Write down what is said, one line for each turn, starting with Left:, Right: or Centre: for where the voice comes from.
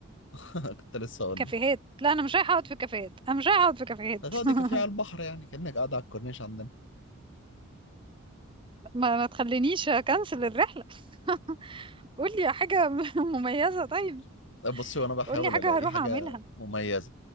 Left: <laughs> كنت لسه اقول
Right: كافيهات
Left: لك
Right: لا انا مش رايحه اقعد في كافيهات انا مش رايحه اقعد في كافيهات
Left: هتقعدي
Right: <laughs>
Left: كافيه على البحر يعني كانك قاعده على الكورنيش عندنا
Right: ما ما تخلينيش اكنسل الرحلة <laughs> قولي حاجة م- مميزة طيب
Left: <laughs> بصي وانا بحاول
Right: قولي حاجة
Left: الاقي
Right: هروح
Left: حاجه
Right: اعملها
Left: مميزه